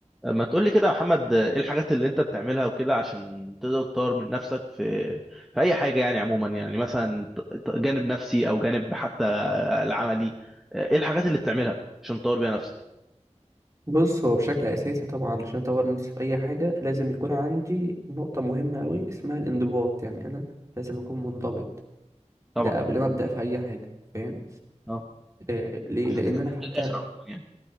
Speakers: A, in the centre; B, on the right.
A: ما تقولي كده يا محمد ايه الحاجات اللي انت بتعملها وكده عشان تقدر تطور من نفسك في في اي حاجة يعني عموما يعني مثلا ت- ت- جانب نفسي او جانب حتى العملي ايه الحاجات اللي بتعملها عشان تطور بيها نفسك
B: بص هو بشكل اساسي طبعا عشان اطور نفسي في اي حاجه لازم يكون عندي نقطه مهمه قوي اسمها الانضباط يعني انا لازم اكون منضبط
A: طبعا
B: ده قبل ما ابدا في اي حاجه فاهم
A: اه
B: آه ليه
A: عشان
B: لان
A: تكملها
B: انا حتى
A: للآخر عموما يعني